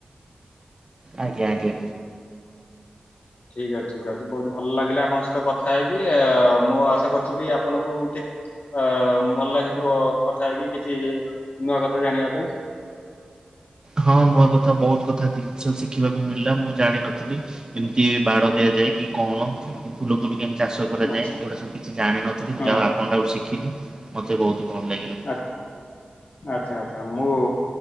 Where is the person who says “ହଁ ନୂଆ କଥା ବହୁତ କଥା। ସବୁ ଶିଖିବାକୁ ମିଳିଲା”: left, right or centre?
Right